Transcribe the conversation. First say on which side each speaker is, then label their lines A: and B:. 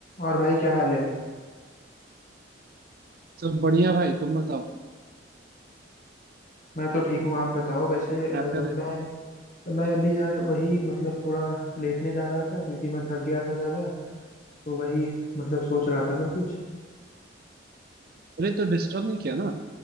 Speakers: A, on the left; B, on the right.
A: और भाई क्या हाल है
B: सब बढ़िया भाई तुम बताओ
A: मैं तो ठीक हूँ आप बताओ वैसे अ,
B: क्या कर रहे
A: मैं
B: थे
A: मैं अभी यार वही मतलब थोड़ा लेटने जा रहा था क्योंकि मैं थक गया था ज़्यादा तो वही मतलब सोच रहा था मैं कुछ
B: अरे तो डिस्टर्ब नहीं किया ना